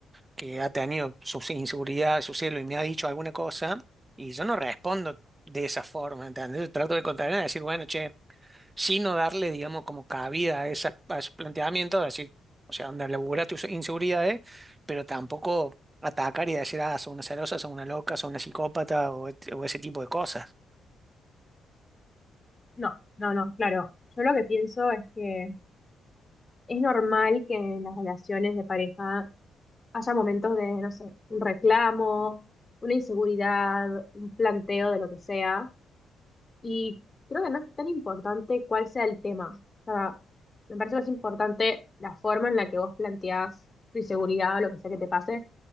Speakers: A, on the right (about 20°); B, on the left (about 20°).
A: que ha tenido sus inseguridades, su celo, y me ha dicho alguna cosa, y yo no respondo de esa forma, ¿entendés? Yo trato de contarle, de decir, bueno, che sino darle, digamos, como cabida a, esa, a esos planteamientos, de decir, o sea, anda, labura tus inseguridades, pero tampoco atacar y decir, ah, son una celosa, son una loca, son una psicópata o, et- o ese tipo de cosas.
B: No, no, no, claro. Yo lo que pienso es que es normal que en las relaciones de pareja haya momentos de, no sé, un reclamo, una inseguridad, un planteo de lo que sea. Y creo que no es tan importante cuál sea el tema. O sea, me parece más importante la forma en la que vos planteás tu inseguridad o lo que sea que te pase.